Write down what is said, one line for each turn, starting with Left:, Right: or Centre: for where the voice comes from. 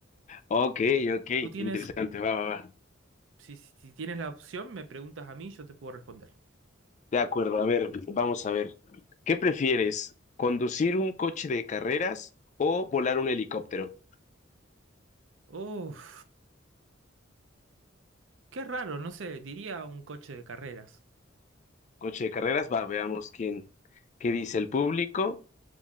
Left: Ok, ok,
Right: Tú tienes
Left: interesante, va, va, va.
Right: Si, si tienes la opción, me preguntas a mí, yo te puedo responder.
Left: De acuerdo, a ver, vamos a ver. ¿Qué prefieres? ¿Conducir un coche de carreras o volar un helicóptero?
Right: Uf, qué raro, no sé, diría un coche de carreras.
Left: Coche de carreras, va, veamos quién, qué dice el público.